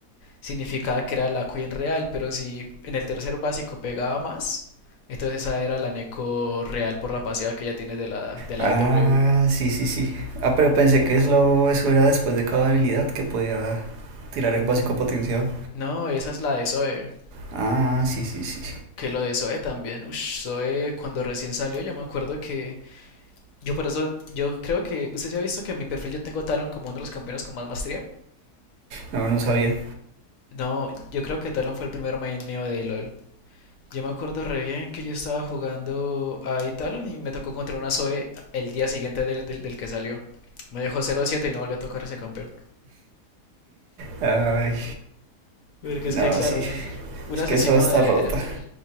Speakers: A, on the left; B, on the right.
A: significaba que era la Queen real, pero si en el tercer básico pegaba más, entonces esa era la Neko real por la pasiva que ella tiene de la, de
B: Ah,
A: la W.
B: sí, sí, sí. Ah, pero pensé que eso, eso era después de cada habilidad que podía tirar el básico potenciado.
A: No, esa es la de Zoe.
B: Ah, sí, sí, sí.
A: Que lo de Zoe también. Ush, Zoe cuando recién salió, yo me acuerdo que. Yo por eso, yo creo que. ¿Usted ya ha visto que en mi perfil yo tengo a Talon como uno de los campeones con más maestría?
B: No, no sabía.
A: No, yo creo que Talon fue el primer main mío de LOL. Yo me acuerdo re bien que yo estaba jugando a Italon y me tocó contra una Zoe el día siguiente del, del, del que salió. Me dejó cero siete y no volvió a tocar ese campeón.
B: Ay,
A: Porque
B: no,
A: es que, claro,
B: sí.
A: no- no- un
B: Es
A: asesino
B: que eso está
A: de
B: rota.
A: early.